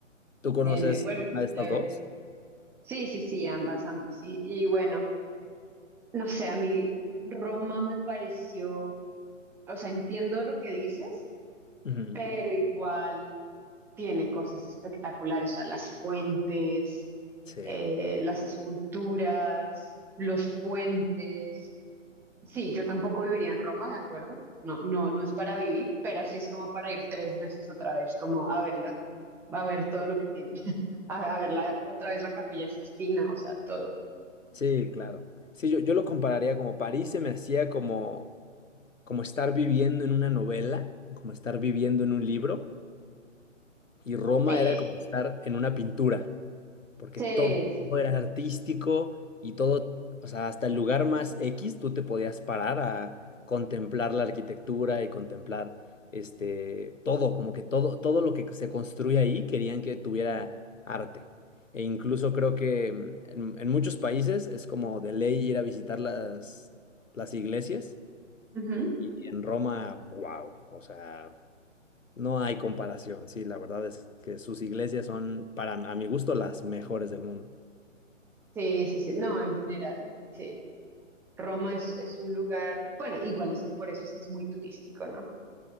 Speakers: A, on the left (about 75°); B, in the centre.
A: ¿Tú conoces
B: Bien, bien. Bueno,
A: alguna de estas
B: chévere.
A: dos?
B: Sí, sí, sí, ambas, ambas. Y, y bueno. No sé, a mí Roma me pareció, o sea, entiendo lo que dices,
A: Ujú.
B: pero igual tiene cosas espectaculares, o sea, las fuentes,
A: Sí,
B: eh, las esculturas, los puentes. Sí, yo tampoco viviría en Roma, ¿de acuerdo? No, no, no es para vivir, pero sí es como para ir tres veces otra vez, como a verlo, a ver todo lo que tienen, <laughs> a, a ver la- otra vez la Capilla Sixtina, o sea, todo.
A: sí, claro. Sí, yo, yo lo compararía como París se me hacía como, como estar viviendo en una novela, como estar viviendo en un libro y Roma
B: Sí,
A: era como estar en una pintura. porque
B: sí,
A: todo,
B: sí.
A: todo
B: sí.
A: era artístico y todo, o sea, hasta el lugar más X tú te podías parar a contemplar la arquitectura y contemplar este todo, como que todo, todo lo que se construye ahí querían que tuviera arte. E incluso creo que mm, en, en muchos países es como de ley ir a visitar las, las iglesias.
B: Ujú.
A: Y en Roma, wow, o sea, no hay comparación. Sí, la verdad es que sus iglesias son, para, a mi gusto, las mejores del mundo.
B: Sí, sí, sí. No, en general, sí. Roma es, es un lugar, bueno, igual es por eso es que es muy turístico, ¿no?